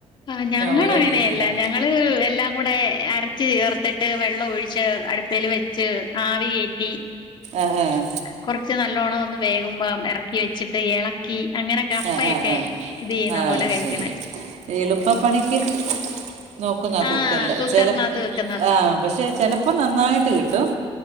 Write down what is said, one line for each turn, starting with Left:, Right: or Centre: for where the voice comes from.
Left: ആ ഞങ്ങൾ
Right: ഓരോ
Left: അങ്ങനെയല്ല
Right: രീതിയിലാ
Left: ഞങ്ങൾ എല്ലാം കൂടെ അരച്ച് ചേർത്തി ട്ട് വെള്ളം ഒഴിച്ച് അടുപ്പേൽ വെച്ച് ആവി കേറ്റി
Right: ആഹ് ആഹ്
Left: കുർച്ച് നല്ലോണം ഒന്ന് വേകുമ്പം എറക്കി വെച്ചിട്ട് എളക്കി അങ്ങനെ കപ്പയൊക്കെ
Right: ആ ആ ആ
Left: ഇത് ചെയ്യുന്ന
Right: ആ
Left: പോലെ കഴിക്കണേ
Right: ശരി എളുപ്പപ്പണിക്ക് നോക്കുന്നാ കുക്കർല്
Left: ആഹ് കുക്കറിനകത്ത്
Right: ചെല
Left: വെക്കുന്നതാ
Right: ആ പക്ഷെ ചെലപ്പോ നന്നായിട്ട് കിട്ടും